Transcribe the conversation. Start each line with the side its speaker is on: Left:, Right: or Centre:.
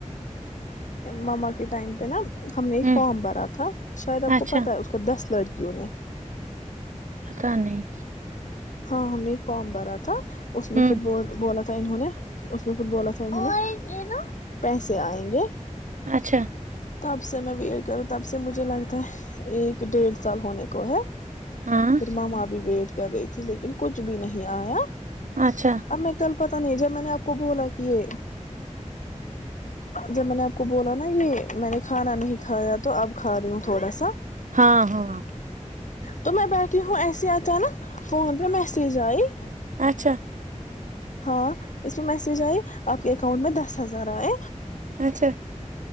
Left: مما کے ٹائم پہ نا ہم نے ایک
Right: ہوں
Left: فارم بھرا تھا شاید آپ
Right: اچھا
Left: کو پتا ہے اس کو دس لڑکی کیوں نہیں <inaudible>
Right: پتہ نہیں
Left: ہاں ہم نے ایک فارم بھرا تھا اس میں
Right: ہوں
Left: پھر ب بولا تھا انہوں نے اس میں پھر بولا تھا انہوں نے پیسے آئیں گے
Right: اچھا
Left: تب سے میں ویٹ کروں تب سے مجھے لگتا ہے ایک ڈیڑھ سال ہونے کو ہے
Right: ہاں
Left: فھرماما بھی وید کر رہی تھی لیکن کچھ بھی نہیں آیا
Right: اچھا
Left: ہم میںیں کل پت نہیں جب میں نے آپ کو بولا کہ جب میں نے آپ کو بولا نا یہ میں نے کھانا نہیں کھایا تو اب کھا رہی ہوں تھوڑا سا
Right: ہاں ہاں
Left: تو میں بیٹھے ہوں ایسسی اچانک فون پہ میسیج آئیے
Right: اچھا
Left: ہاں اس پ میسج آئی آپ کے اکاؤنٹ میں دس ہزار آئے
Right: اچھا